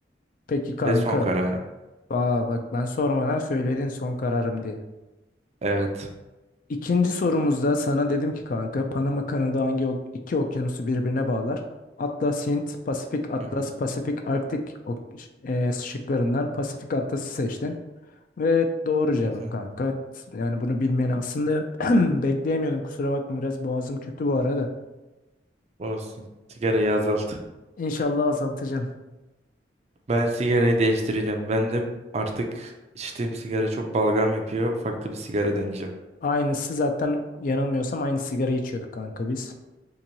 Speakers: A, on the left (about 50°); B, on the right (about 35°).
A: peki kanka.
B: Ve son kararım.
A: Aa bak ben sormadan söyledin son kararım diye.
B: Evet.
A: İkinci sorumuzda sana dedim ki kanka Panama kanalı hangi ok- iki okyanusu birbirine bağlar? Atlas Hint, Pasifik Atlas,
B: Hı hı.
A: Pasifik Arktik ok e, şıklarından Pasifik Atlas'ı seçtin. Ve doğru cevap
B: Hı hı.
A: kanka. Yani bunu bilmeni aslında <clears throat> bekleyemiyordum. Kusura bakma biraz boğazım kötü bu arada.
B: Olsun. Sigarayı azalt.
A: İnşallah azaltacağım.
B: Ben sigarayı değiştireceğim. Ben de artık içtiğim sigara çok balgam yapıyor. Farklı bir sigara deneyeceğim.
A: Aynısı zaten yanılmıyorsam aynı sigara içiyorduk kanka biz.